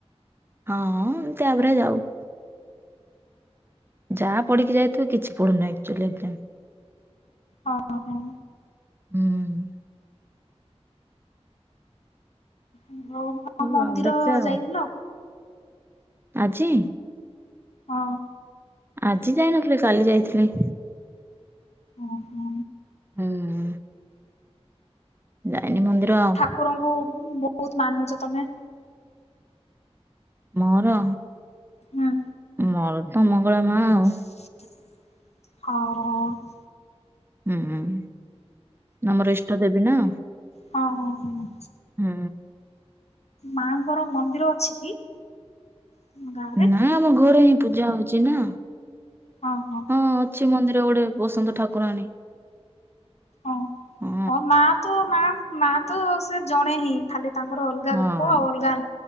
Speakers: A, on the right (about 20°); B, on the left (about 75°).
A: ହଁ ଏମିତି ଆଭ୍ରେଜ ଆଉ। ଯାହା ପଢି଼କି ଯାଇଥିବି କିଛି ପଡ଼ୁନ ଆକ୍ଚୁଆଲି ଏଗ୍ଜାମ୍।
B: ହଁ ହଁ ହଁ।
A: ହୁଁ।
B: ଉଁ ହୁଁ ହୋଉ <unintelligible>
A: ହଉ
B: ମନ୍ଦିର
A: ଆଉ ଦେଖିବା ଆଉ
B: ଯାଇଥିଲ?
A: ଆଜି?
B: ହଁ।
A: ଆଜି ଯାଇନଥିଲି କାଲି ଯାଇଥିଲି।
B: ଅଁ ହଁ।
A: ହୁଁ। ଯାଇନି ମନ୍ଦିର ଆଉ।
B: କୁରଙ୍କୁ ବୋହୁତ ମାନୁଛ ତମେ।
A: ମୋର?
B: ହୁଁ।
A: ମୋର ତ ମଙ୍ଗଳା ମା ଆଉ।
B: ହଁ।
A: ହୁଁ ଆମର ଇଷ୍ଟ ଦେବୀ ନା।
B: ହଁ ହଁ ହଁ।
A: ହୁଁ।
B: ମା ଙ୍କର ମନ୍ଦିର ଅଛି କି? ତମ ଗାଁରେ?
A: ନାଇଁ ଆମ ଘରେ ହିଁ ପୂଜା ହଉଛି ନା।
B: ହଁ ହଁ
A: ଛି ମନ୍ଦିର ଗୋଟେ ବସନ୍ତ ଠାକୁରାଣୀ।
B: ହଁ
A: ଅଁ
B: ହଁ ମା ତ ମା-ମା ତ ସେ ଜଣେ ହିଁ ଖାଲି ତାଙ୍କର ଅଲଗା
A: ହଁ।
B: ରୂପ ଆଉ ଅଲଗା